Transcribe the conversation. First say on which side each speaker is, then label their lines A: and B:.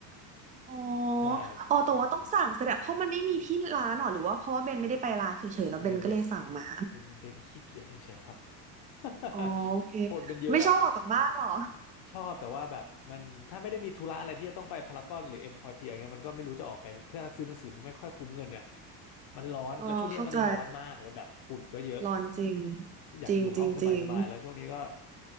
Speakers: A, on the right; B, on the left.
A: อ๋อ
B: ใช่
A: อ๋อแต่ว่าต้องสั่งแสดงเพราะมันไม่มีที่ร้านหรอหรือว่าเพราะว่าเบนไม่ได้ไปร้านเฉยๆแล้วเบนก็เลยสั่งมา
B: เบนเบนเบนเบนขี้เกียจเฉยๆครับ <laughs>
A: อ๋อโอเค
B: คนมันเยอะอะ
A: ไม่ชอบออกจากบ้านหรอ
B: ชอบแต่ว่าแบบมันถ้าไม่ได้มีธุระอะไรที่จะต้องไปพารากอนหรือเอ็มควอเทียเงี้ยมันก็ไม่รู้จะออกไปเพื่อซื้อหนังสือมันไม่ค่อยคุ้มเงินเนี่ยมันร้อนแล้วช่วงนี้มันร้อนมากแล้วแบบฝุ่นก็เยอะ
A: อ๋อเข้าใจร้อนจริง
B: อยากอยู่ห้องสบายๆแล้วช่วงนี้ก็
A: จริงจริงจริง